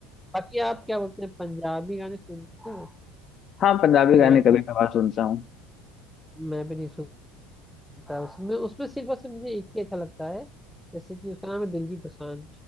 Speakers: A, in the centre; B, on the left (about 45°).
A: बाकी आप क्या बोलते हैं पंजाबी गाने सुनते हो
B: हाँ पंजाबी गाने
A: मैं
B: कभी
A: तो
B: कभार सुनता हूँ
A: मैं भी नहीं सुनता उसमें उसमें सिर्फ और सिर्फ मुझे एक ही अच्छा लगता है जैसे कि उसका नाम है दिलजीत दोसांझ